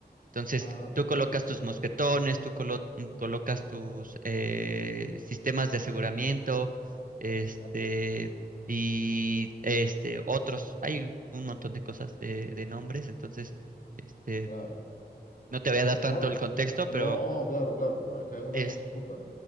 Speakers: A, on the right; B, on the left.
A: Entonces,
B: Ah,
A: tú
B: perfecto.
A: colocas tus mosquetones, tú colo- mm, colocas tus eh, sistemas de aseguramiento, este,
B: ya,
A: y este, otros. Hay un un montón de cosas de, de nombres, entonces, este,
B: Claro.
A: no te voy a dar
B: Eh,
A: tanto
B: Car-
A: el contexto,
B: No,
A: pero
B: claro, claro, no, es que es una
A: es.
B: cosa súper